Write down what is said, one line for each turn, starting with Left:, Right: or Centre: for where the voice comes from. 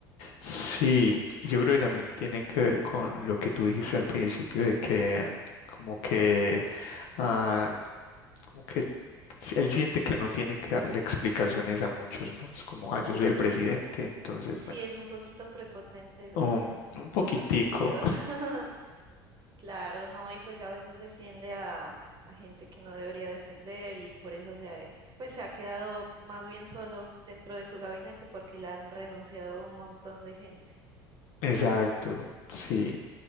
Left: Sí, yo creo que también tiene que ver con lo que tú dijiste al principio de que como que ah, como que él siente que no tiene que darle explicaciones a muchos, ¿no? Es como, ah, yo soy el presidente, entonces,
Right: Sí,
Left: bueno,
Right: es un poquito prepotente
Left: um,
Right: en
Left: un poquitico.
Right: muchos sentidos. <laughs> Claro, no, y pues a veces defiende a, a gente que no debería defender y por eso se ha, pues se ha quedado más bien solo dentro de su gabinete porque le han renunciado un montón de gente.
Left: <laughs> Exacto, sí.